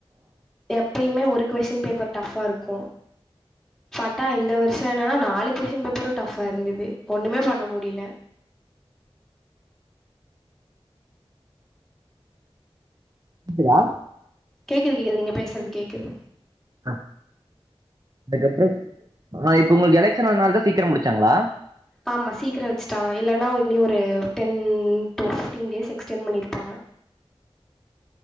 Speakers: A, in the centre; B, on the right.
A: எப் ப்பயுமே ஒரு கொஸ்டின் பேப்பர் டஃப்பா இருக்கு பாத்தா இந்த வருஷ என்னனா நாலு கொஸ்டின் பேப்ரு டஃப்பா இருந்தது ஒன்னுமே பண்ண முடில
B: கேக்குதா
A: கேக்குது கேக்குது நீங்க பேசறது கேக்குது
B: ஆ அதுக்கப்றோ இப்ப உங்களுக்கு எலக்ஷன் வரனால தா சீக்கிர முடிச்சாங்களா
A: ஆமா சீக்கிர வெச்சுட்டாங்க இல்லன்னா இனி ஒரு ten to fifteen days extend பண்ணியிருப்பாங்க